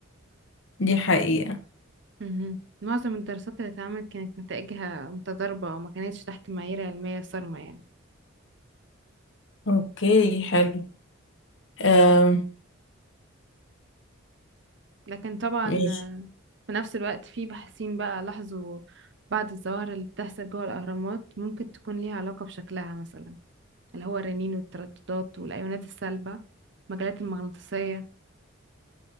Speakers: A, on the left; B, on the right.
A: دي حقيقة
B: مهم. معظم الدراسات اللي اتعملت كانت نتائجها متضاربة وما كانتش تحت معايير علمية صارمة يعني
A: اوكي حلو آم،
B: مهم. لكن طبعا
A: ماشي
B: آه، في نفس الوقت في باحثين بقى لاحظوا بعض الظواهر اللي بتحصل جوه الأهرامات ممكن تكون ليها علاقة بشكلها مثلا اللي هو الرنين والترددات والأيونات السالبة المجالات المغناطيسية